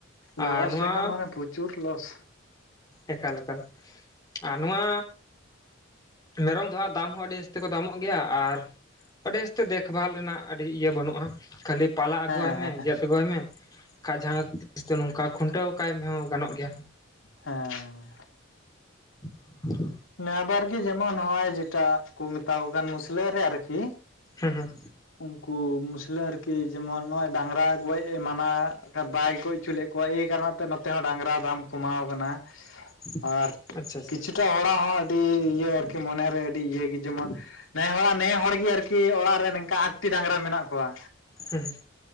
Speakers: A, on the left; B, on the left.
A: ᱟᱨ
B: ᱞᱚᱥ
A: ᱱᱚᱣᱟ
B: ᱞᱮᱠᱟ ᱢᱟᱱᱮ ᱯᱩᱪᱩᱨ ᱞᱚᱥ᱾
A: ᱮᱠᱟᱞ ᱮᱠᱟᱞ ᱟᱨ ᱱᱚᱣᱟ ᱢᱮᱨᱚᱢ ᱫᱚ ᱦᱟᱸᱜ ᱫᱟᱢ ᱦᱚᱸ ᱟᱹᱰᱤ ᱡᱟᱹᱥᱛᱤ ᱠᱚ ᱫᱟᱢᱚᱜ ᱜᱮᱭᱟ, ᱟᱨ ᱟᱹᱰᱤ ᱡᱟᱥᱛᱮ ᱫᱮᱠᱷᱵᱷᱟᱞ ᱨᱮᱱᱟᱜ ᱟᱹᱰᱤ ᱤᱭᱟᱹ ᱵᱟᱹᱱᱩᱜᱼᱟ᱾ ᱠᱷᱟᱹᱞᱤ ᱯᱟᱞᱟ ᱟᱹᱜᱩᱭᱣᱟᱭ
B: ᱦᱮᱸ
A: ᱢᱮ, ᱜᱮᱫ ᱟᱹᱜᱩᱣᱟᱭ ᱢᱮ, ᱵᱟᱠᱷᱟᱡ ᱡᱟᱦᱟᱸ ᱛᱤᱥ ᱫᱚ ᱱᱚᱝᱠᱟ ᱠᱷᱩᱱᱴᱟᱹᱣ ᱠᱟᱭ ᱢᱮᱦᱚᱸ ᱜᱟᱱᱚᱜ ᱜᱮᱭᱟ᱾
B: ᱦᱮᱸᱻ
A: <inaudible>
B: ᱮᱵᱟᱨ ᱜᱤ ᱡᱮᱢᱚᱱ ᱦᱚᱸᱜᱼᱚᱭ ᱡᱮᱴᱟ ᱠᱚ ᱢᱮᱛᱟᱣ ᱠᱚ ᱠᱟᱱ ᱢᱩᱥᱞᱟᱹ ᱨᱮ ᱟᱨᱠᱤ
A: ᱦᱩᱸ ᱦᱩᱸ᱾
B: ᱩᱝᱠᱩ ᱢᱩᱥᱞᱟᱹ ᱟᱨᱠᱤ ᱡᱮᱢᱚᱱ ᱱᱚᱜᱼᱚᱭ ᱰᱟᱝᱨᱟ ᱜᱚᱡ ᱢᱟᱱᱟ ᱵᱟᱭ ᱜᱚᱡ ᱦᱚᱪᱚ ᱞᱮᱫ ᱠᱚᱣᱟ ᱮᱭ ᱠᱟᱨᱚᱱᱟᱜ ᱛᱮ ᱱᱚᱛᱮ ᱦᱚᱸ ᱰᱟᱝᱨᱟ ᱫᱟᱢ ᱠᱚᱢᱟᱣ ᱠᱟᱱᱟ᱾
A: <inaudible>
B: ᱟᱨ
A: ᱟᱪᱪᱷᱟ ᱟᱪᱪᱷᱟ
B: ᱠᱤᱪᱷᱩᱴᱟ
A: ᱦᱩᱸ
B: ᱦᱚᱲᱟᱜ ᱦᱚᱸ ᱟᱹᱰᱤ ᱤᱭᱟᱹ ᱟᱨᱠᱤ ᱢᱚᱱᱮᱨᱮ ᱟᱹᱰᱤ ᱤᱭᱟᱹ ᱜᱮ ᱡᱮᱢᱚᱱ ᱱᱮ ᱦᱚᱲᱟᱜ ᱱᱮ ᱦᱚᱲ ᱜᱤ ᱟᱨᱠᱤ ᱚᱲᱟᱜ ᱨᱮ ᱱᱚᱝᱠᱟ ᱟᱴᱴᱤ ᱰᱟᱝᱨᱟ ᱢᱮᱱᱟᱜ ᱠᱚᱣᱟ᱾
A: ᱦᱩᱸ